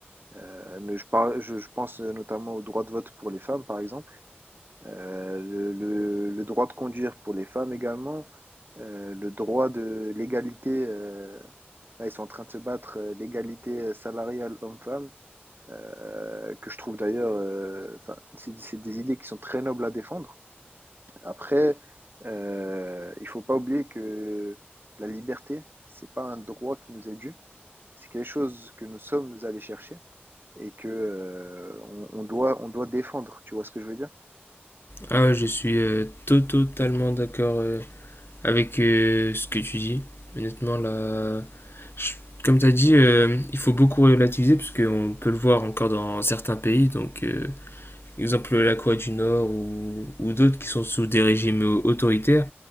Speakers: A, on the right; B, on the left.
A: Euh, je parle, je, je pense euh, notamment au droit de vote pour les femmes, par exemple. Euh, le, le- le droit de conduire pour les femmes également, euh, le droit de l'égalité, euh, là ils sont en train de se battre, euh, l'égalité euh, salariale homme-femme, euh, que je trouve d'ailleurs, euh, enfin, c'est c'est des idées qui sont très nobles à défendre. Après, euh, il faut pas oublier que la liberté, c'est pas un droit qui nous est dû, c'est quelque chose que nous sommes allés chercher et que euh, on, on doit, on doit défendre, tu vois ce que je veux dire?
B: Ah ouais, je suis euh, to- totalement d'accord euh, avec euh, ce que tu dis. Honnêtement, là, je- comme tu as dit, euh, il faut beaucoup relativiser parce qu'on peut le voir encore dans certains pays. Donc, euh, exemple la Corée du Nord ou, ou d'autres qui sont sous des régimes autoritaires